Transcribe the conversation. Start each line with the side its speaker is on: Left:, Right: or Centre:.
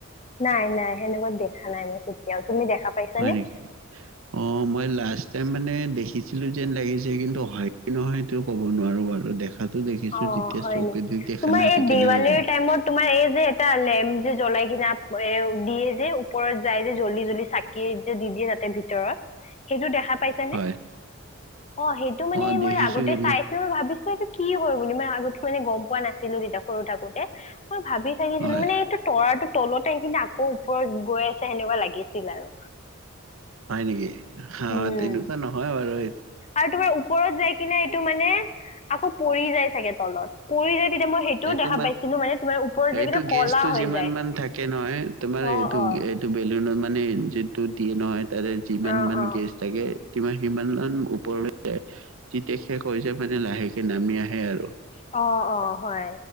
Left: নাই নাই সেনেকুৱা দেখা নাই মই। কেতিয়াও তুমি দেখা পাইছানে
Right: হয় নেকি অ মই লাষ্টাইম মানে দেখিছিলো। যেন লাগিছে কিন্তু হয় নহয় তো ক'ব নোৱাৰো বাৰু দেখা। দেখাতো দেখিছো
Left: অ
Right: যেতিয়া
Left: হয়
Right: চকুৱে
Left: নেকি।
Right: দি
Left: তোমাৰ
Right: নাই এইটো
Left: এই
Right: কেনেকৈ
Left: দেৱালীৰ
Right: ক'ম।
Left: টাইমত তোমাৰ এই যে এটা লেম যে জ্বলাই। কিনা এ দিয়ে যে ওপৰত যায় যে জ্বলি -জ্বলি চাকি যে দি দিয়ে তাতে ভিতৰত। সেইটো দেখা পাইছানে
Right: হয়
Left: অ সেইটো মানে
Right: অ' দেখিছো
Left: মই আগতে
Right: কিন্তু
Left: চাইচো ভাবিছো এইটো। কি হয় বুলি মানে আগতে মানে গম পোৱা নাছিলো তেতিয়া সৰু থাকোতে। মই ভাবি থাকিছিলো
Right: হয়।
Left: মানে এইটো তৰা তলতে আহ কিনে আকৌ ওপৰত গৈ আছে সেনেকুৱা লাগিছিল আৰু।
Right: হয় নেকি অ
Left: উম
Right: তেনেকুৱা নহয় বাৰু এই।
Left: আৰু তোমাৰ ওপৰত যাই কিনে এইটো মানে আকৌ পৰি যায় চাগে তলত পৰি যায়। তেতিয়া মই সেইটোও
Right: এইটো
Left: দেখা
Right: মান
Left: পাইছিলো মানে তোমাৰ ওপৰত যাই
Right: এইটো
Left: কিনে
Right: গেছটো
Left: কলা হৈ
Right: যিমান
Left: যায়।
Right: মান থাকে নহয় তোমাৰ
Left: অ',
Right: এইটো।
Left: অ'।
Right: এইটো বেলুন মানে যিটো দিয়ে নহয় তাতে যিমান
Left: অ',
Right: মান
Left: অ',
Right: গেছ থাকে। মান সিমান ওপৰলৈ যায় যেতিয়া শেষ হৈ যায় মানে লাহেকে নামি আহে আৰু।
Left: অ অ। হয়